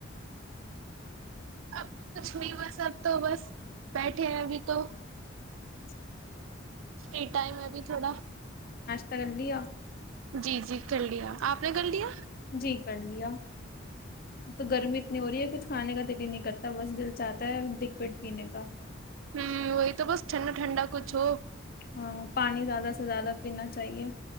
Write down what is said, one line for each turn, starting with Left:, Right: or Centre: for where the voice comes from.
Right: اب تو کچھ نہیں بس اب تو بس بیٹھے ہیں ابھی تو
Left: ہ
Right: فری ٹائم ہے ابھی تھوڑا
Left: <unintelligible>
Right: جی جی کر لیا آپ نے کر لیا
Left: جی کر لیا تو گرمی اتنی ہو رہی ہے کچھ کھانے کا دل ہی نہیں کرتا بس دل چاہتا ہے لکوڈ پینے کا
Right: ہوں وہی تو بس ٹھنڈا ٹھنڈا کچھ ہو
Left: ہاں پانی زیادہ سے زیادہ پینا چاہیے